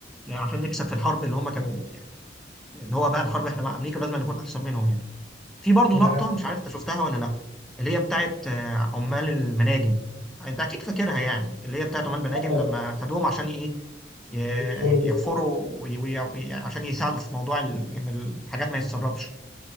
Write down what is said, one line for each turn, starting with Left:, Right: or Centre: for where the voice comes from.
Centre: يعني عشان نكسب في الحرب اللي هم كانوا يعني اللي هو بقى الحرب احنا مع امريكا لازم نكون احسن منهم يعني في برضه
Right: ده
Centre: لقطه
Right: حاجة-
Centre: مش عارف انت شفتها ولا لا اللي هي بتاعت آه، عمال المناجم انت اكيد فاكرها يعني اللي هي بتاعت عمال المناجم
Right: آه،
Centre: لما خدوهم عشان ايه ي-
Right: يدخلوا
Centre: يحفروا وي- وي- يعني عشان يساعدوا في موضوع ال- ان الحاجات ما يتسربش